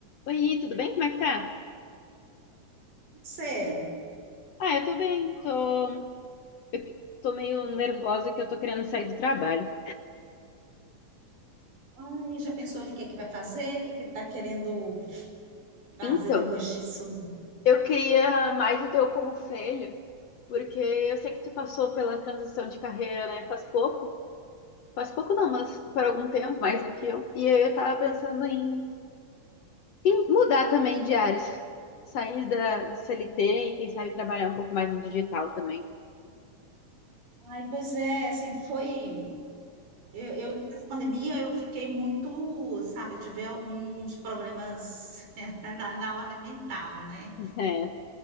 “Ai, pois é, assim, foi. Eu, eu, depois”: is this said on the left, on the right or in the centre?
Right